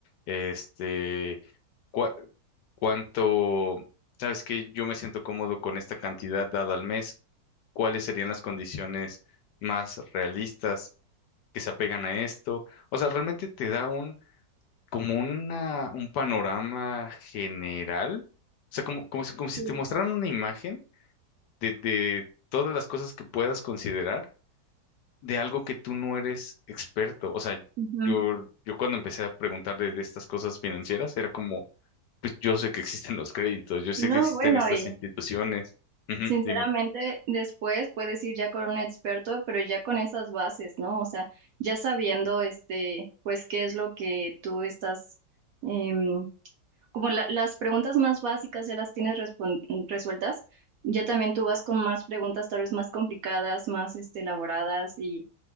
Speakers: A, on the left; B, on the right.
A: este, cua- cuánto, ¿sabes qué? Yo me siento cómodo con esta cantidad dada al mes cuáles serían las condiciones más realistas que se apegan a esto. O sea, realmente te da un, como una, un panorama general. O sea, como, como, si como si
B: Sí,
A: te mostraran
B: claro.
A: una imagen de, de todas las cosas que puedas considerar de algo que tú no eres experto. O sea,
B: Ujú.
A: yo, yo cuando empecé a preguntarle de estas cosas financieras, era como, pues yo sé que existen los créditos, yo sé
B: No,
A: que existen
B: bueno,
A: estas
B: y
A: instituciones. Ujú,
B: sinceramente
A: dime,
B: después puedes ir ya con un experto, pero ya con esas bases, ¿no? O sea, ya sabiendo, este, pues qué es lo que tú estás, em, como la- las preguntas más básicas ya las tienes respon- resueltas, ya también tú vas con más preguntas tal vez más complicadas, más, este, elaboradas y